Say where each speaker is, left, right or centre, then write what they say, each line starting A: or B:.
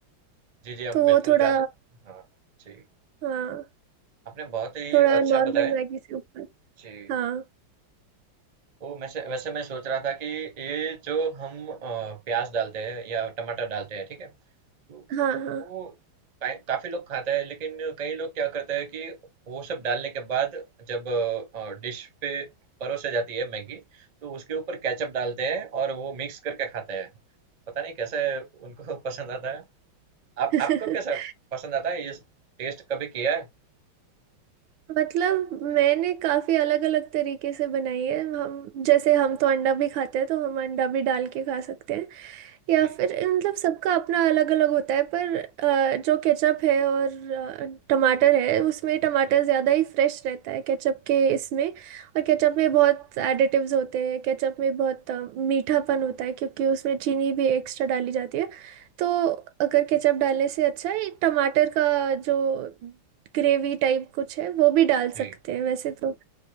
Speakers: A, on the right; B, on the right.
A: जी जी हम
B: तो वो
A: बिल्कुल
B: थोड़ा
A: गार्लिक हाँ जी
B: हाँ
A: आपने बहुत ही
B: थोड़ा
A: अच्छा
B: नॉर्मल
A: बताया
B: मैगी से ऊपर
A: जी
B: हाँ
A: वो वैसे वैसे मैं सोच रहा था कि ये जो हम अ, प्याज डालते हैं या टमाटर डालते हैं ठीक है तो
B: हाँ हाँ
A: वो का- काफी लोग खाता है लेकिन कई लोग क्या करते हैं कि वो सब डालने के बाद जब डिश पे परोसे जाती है मैगी तो उसके ऊपर केचप डालते हैं और वो मिक्स करके खाते हैं पता नहीं कैसे उनको <laughs> पसंद आता है आप
B: <laughs>
A: आपको कैसा पसंद आता है ये टेस्ट कभी किया है
B: मतलब मैंने काफी अलग अलग तरीके से बनाई है हम जैसे हम तो अंडा भी खाते हैं तो हम अंडा भी डाल के खा सकते हैं या
A: जी
B: फिर मतलब सबका अपना अलग अलग होता है पर अ, जो केचप है और अ, टमाटर है उसमें टमाटर
A: जी
B: ज़्यादा ही फ्रेश रहता है केचप के इसमें और केचप में बहुत एडिटिव्स होते हैं केचप में बहुत अ, मीठापन होता है क्योंकि उसमें चीनी भी एक्स्ट्रा डाली जाती है तो अगर केचप डालने से अच्छा है टमाटर का जो ग्रेवी टाइप कुछ है वो भी डाल
A: जी
B: सकते हैं वैसे तो